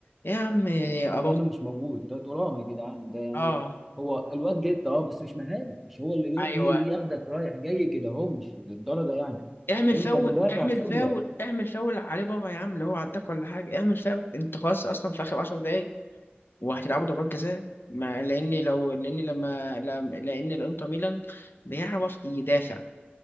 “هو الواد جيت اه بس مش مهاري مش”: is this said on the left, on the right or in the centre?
Centre